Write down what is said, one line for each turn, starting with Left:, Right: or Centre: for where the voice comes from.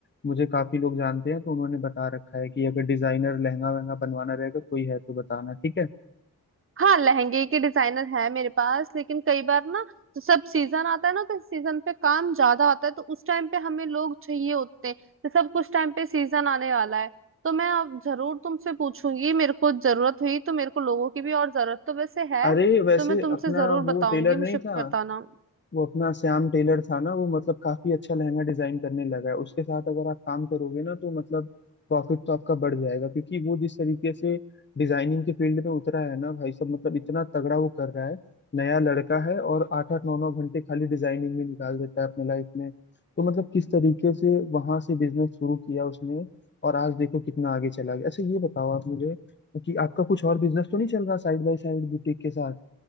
Left: मुझे काफी लोग जानते हैं तो उन्होंने बता रखा है कि अगर डिजाइनर लहंगा वहंगा बनवाना रहेगा कोई है तो बताना ठीक है
Right: हाँ लहंगे के डिजाइनर है मेरे पास लेकिन कई बार ना तो सब सीजन आता है ना तो सीजन पे काम ज्यादा आता है तो उस टाइम पे हमें लोग चाहिए होते हैं तो सब कुछ टाइम पे सीजन आने वाला है तो मैं अब जरूर तुमसे पूछूंगी मेरे को जरूरत हुई तो मेरे को लोगों की भी और जरूरत तो वैसे है
Left: अरे वैसे
Right: तो मैं तुमसे
Left: अपना
Right: जरूर
Left: वो
Right: बताऊंगी
Left: टेलर
Right: मुझे
Left: नहीं था
Right: बताना
Left: वो अपना श्याम टेलर था ना वो मतलब काफी अच्छा लहंगा डिजाइन करने लगा है उसके साथ अगर आप काम करोगे ना तो मतलब प्रॉफिट तो आपका बढ़ जाएगा क्योंकि वो जिस तरीके से डिजाइनिंग के फील्ड में उतरा है ना भाई सब मतलब इतना तगड़ा वो कर रहा है नया लड़का है और आठ आठ नौ नौ घंटे खाली डिजाइनिंग में निकाल देता है अपने लाइफ में तो मतलब किस तरीके से वहां से बिजनेस शुरू किया उसने और आज देखो कितना आगे चला गया अच्छा ये बताओ आप मुझे कि आपका कुछ और बिजनेस तो नहीं चल रहा साइड बाय साइड बुटीक के साथ